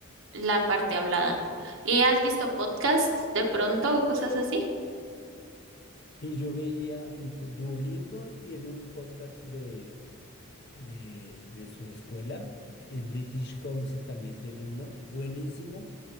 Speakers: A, on the right; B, on the left.
A: la parte hablada. ¿Y has visto podcasts de pronto o cosas así?
B: Sí, yo veía, eh, D- Duolingo tiene un podcast de, de, de su escuela, el British Council también tiene uno, buenísimo.